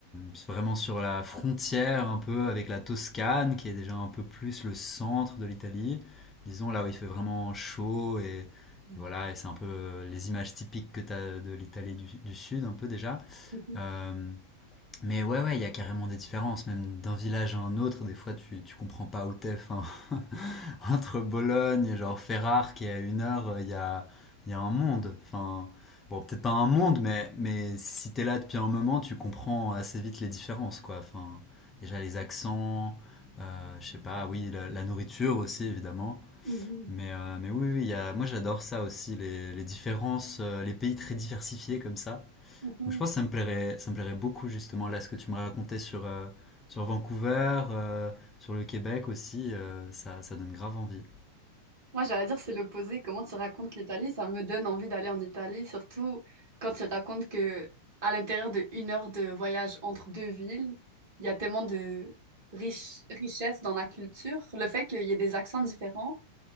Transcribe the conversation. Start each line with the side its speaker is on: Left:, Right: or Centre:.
Left: c'est vraiment sur la frontière un peu avec la Toscane, qui est déjà un peu plus le centre de l'Italie. Disons là où il fait vraiment chaud et, et
Right: Mhm.
Left: voilà, et c'est un peu euh, les images typiques que t'as de l'Italie du, du sud, un peu déjà.
Right: Mhm.
Left: Euh, Mais ouais, ouais, il y a carrément des différences, même d'un village à un autre. Des fois, tu, tu comprends pas où t'es. Enfin, <laughs> entre Bologne et genre Ferrare, qui est à une heure, euh, il y a, il y a un monde. Enfin, bon, peut-être pas un monde, mais, mais si t'es là depuis un moment, tu comprends assez vite les différences, quoi. Enfin, déjà les accents, euh, je sais pas, oui, la, la nourriture aussi, évidemment.
Right: Mhm.
Left: Mais, euh, mais oui, oui, il y a, moi j'adore ça aussi, les, les différences, euh, les pays très diversifiés comme ça.
Right: Mhm.
Left: Donc, je pense que
Right: <laughs>
Left: ça me plairait, ça me plairait beaucoup justement là ce que tu me racontais sur, euh, sur Vancouver, euh, sur le Québec aussi, euh, ça, ça donne grave envie.
Right: Moi, j'allais dire, c'est l'opposé. Comment tu racontes l'Italie? Ça me donne envie d'aller en Italie, surtout quand tu racontes que à l'intérieur de une heure de voyage entre deux villes, il y a tellement de riches richesse dans la culture. Le fait qu'il y ait des accents différents,